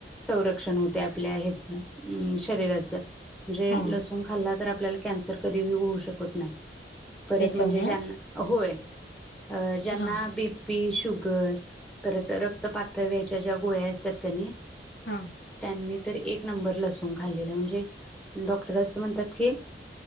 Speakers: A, in the centre; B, on the left.
A: संरक्षण होते आपल्या ह्याच शरीराच म्हणजे
B: हां,
A: लसूण खाल्लात तर आपल्याला कॅन्सर कधीही होऊ शकत नाही <inaudible> परत
B: त्याच्यामुळं
A: म्हणजे ज्यांना होय अ ज्यांना
B: हां,
A: बीपी शु कर परत रक्त पातळ व्हायच्या ज्या गोळ्या असतात क नई
B: हां.
A: त्यांनी तर एक नंबर लसूून खाल्लेला म्हणजे डॉक्टर अस म्हणतात की,